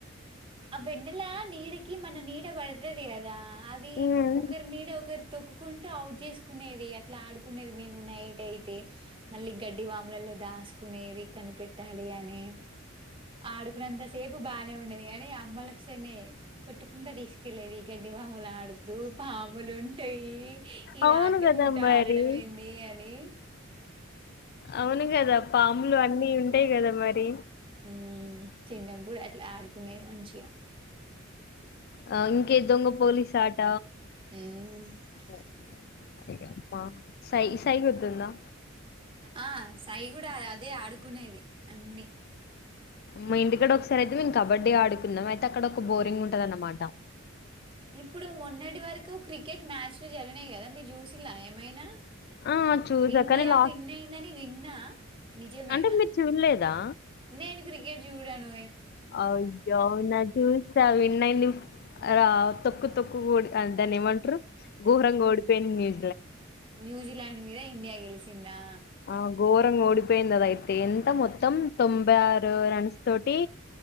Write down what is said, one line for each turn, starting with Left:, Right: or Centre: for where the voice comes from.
Right: ఆ వెన్నెల నీడకి మన నీడ పడుతుది కదా అది
Left: హ్మ్.
Right: ఒకరి నీడ ఒకరు తొక్కుంటూ అవుట్ చేసుకునేది అని ఇట్లా ఆడుకునేది మేము నైట్ అయితే మళ్ళీ గడ్డి వాములలో దాసు కునేవి కనిపెట్టాలి అని ఆడుకున్నంత సేపు బానే ఉండేది కాని అమ్మాలు సనే కొట్టుకుంటా తీసుకెళ్లేది గడ్డి వాముల ఆడద్దు పాములు ఉంటాయి ఈ
Left: అవును
Right: రాత్రి
Left: కదా
Right: పూట
Left: మరి.
Right: ఆడడం ఏంది అని
Left: అవును కదా పాములు అన్నీ ఉంటాయి కదా మరి
Right: ఊ చిన్నప్పుడు అట్లా ఆడుకునేది మంచిగా
Left: ఆ ఇంకే దొంగ పోలీసు ఆట
Right: మ్మ్.
Left: అబ్బో <unintelligible> ఇగ పా సై సై గుతుందా
Right: ఆ సై కూడా అదే ఆడుకునేది అన్నీ
Left: మా ఇంటికాడ ఒకసారి అయితే మేము కబడ్డీ ఆడుకున్నాం అయితే అక్కడ ఒక బోరింగ్ ఉంటదనమాట
Right: ఇప్పుడు మొన్నటి వరకు క్రికెట్ మ్యాచ్లు జరిగినాయి కదా మీరు చూసిలా ఏమైనా
Left: ఆ చూసా
Right: ఇండియా
Left: కానీ లాస్ట్
Right: విన్నయిందని విన్నా నిజమేనా
Left: అంటే మీరు చూడలేదా
Right: నేను క్రికెట్ చూడాను
Left: అయ్యో అవునా చూస్తా వి నైనిప్ రా తొక్కు తొక్కు కూడా దాని ఏమంట్రూ ఘోరంగా ఓడిపోయింది న్యూ
Right: న్యూజిలాండ్ మీద ఇండియా గెలిసిందా
Left: ఆ గోరంగ ఓడి పోయింది అద అయితే ఎంత మొత్తం తొంభై ఆరు రన్స్ తోటి